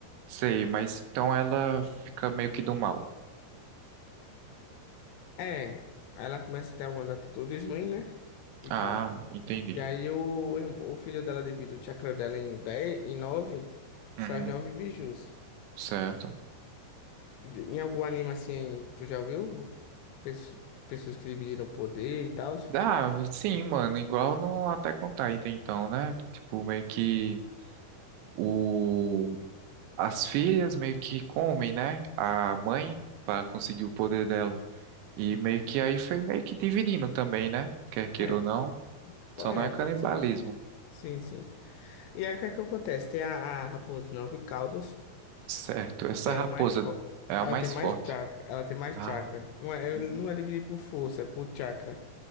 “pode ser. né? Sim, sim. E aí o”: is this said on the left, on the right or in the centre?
Left